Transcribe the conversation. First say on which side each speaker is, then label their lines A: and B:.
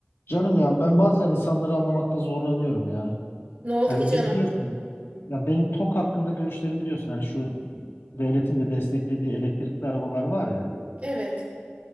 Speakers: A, on the left (about 85°); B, on the right (about 35°).
A: Canım ya ben bazen insanları anlamakta zorlanıyorum ya.
B: Ne oldu
A: Yani
B: ki canım?
A: biliyorsun ya benim TOK hakkında görüşlerimi biliyorsun. Hani şu devletin de desteklediği elektrikli arabalar var ya.
B: Evet,